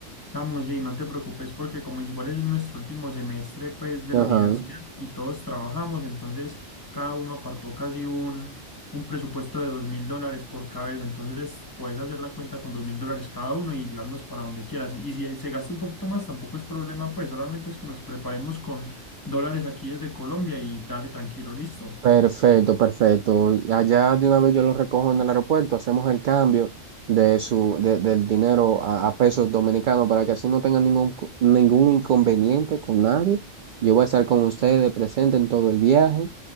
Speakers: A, on the left (about 15°); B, on the right (about 70°).
A: Samu, sí, no te preocupes porque como igual es nuestro último semestre pues de
B: Ajá.
A: la universidad y todos trabajamos, entonces cada uno apartó casi un, un presupuesto de dos mil dólares por cabeza, entonces puedes hacer la cuenta con dos mil dólares cada uno y llevarnos para donde quieras. Y si se gasta un poquito más tampoco es problema, pues solamente es que nos preparemos con dólares aquí desde Colombia y dale tranquilo, listo.
B: Perfecto, perfecto. Y Allá de una vez yo lo recojo en el aeropuerto, hacemos el cambio de su, de- del dinero a, a pesos dominicanos para que así no tengan ningún, co- ningún inconveniente con nadie. Yo voy a estar con ustedes presente en todo el viaje,